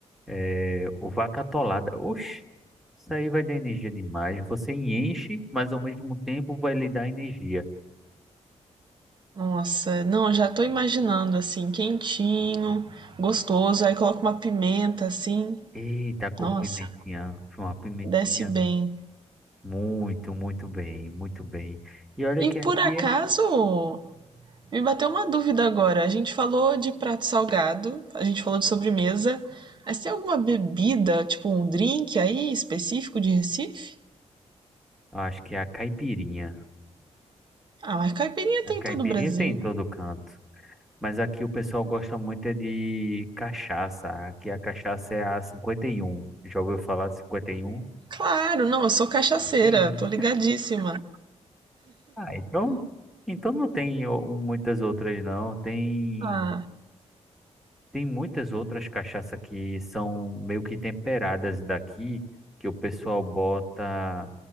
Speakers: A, in the centre; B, on the right.
A: é, o vaca atolada. Oxe, isso aí vai dar energia demais. Você enche, mas ao mesmo tempo vai lhe dar energia.
B: Nossa, não, já tô imaginando assim, quentinho, gostoso, aí coloca uma pimenta assim.
A: Eita, com
B: Nossa,
A: pimentinha. Foi uma pimentinha
B: desce bem.
A: muito, muito bem, muito bem. E olha
B: E
A: que aqui
B: por acaso,
A: é,
B: me bateu uma dúvida agora. A gente falou de prato salgado, a gente falou de sobremesa, mas tem alguma bebida, tipo um drink aí específico de Recife?
A: acho que é a caipirinha.
B: Ah, mas caipirinha
A: A
B: tem
A: caipirinha
B: em todo o Brasil.
A: tem em todo canto. Mas aqui o pessoal gosta muito é de cachaça. Aqui a cachaça é a 51. Já ouviu falar de 51?
B: Claro, não, eu sou cachaceira,
A: Tem.
B: tô ligadíssima.
A: Ah, então, então não tem o- muitas outras, não. Tem,
B: Ah,
A: tem muitas outras cachaça que são meio que temperadas daqui, que o pessoal bota